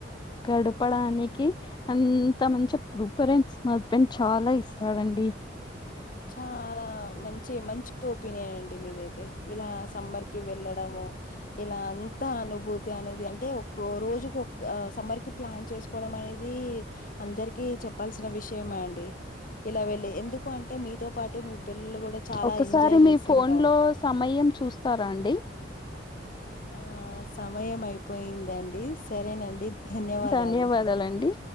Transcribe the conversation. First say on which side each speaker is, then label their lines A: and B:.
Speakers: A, on the left; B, on the left.
A: గడపడానికి అంత మంచి ప్రిపరెన్స్ మా హస్బెండ్ చాలా ఇస్తాడండి
B: <inaudible> చాలా మంచి మంచి టూపీనే అండి మీదైతే ఇలా సమ్మర్ కి వెళ్ళడము ఇలా అంత అనుభూతి అనేది అంటే ఒక్కో రోజుకు సమ్మర్ కి ప్లాన్ చేసుకోవడం అనేది అందరికి చెప్పాల్సిన విషయమే అండి ఇలా వెళ్ళి ఎందుకు అంటే మీ పాటు పిల్లలు గూడా చాలా
A: ఒకసారి
B: ఎంజాయ్ చేస్తుంటారు.
A: మీ ఫోన్ లో సమయం చూస్తారా అండి
B: ఆ సమయం అయిపోయిందండి సరేనండి ధన్యవాదాలు.
A: ధన్యవాదాలండి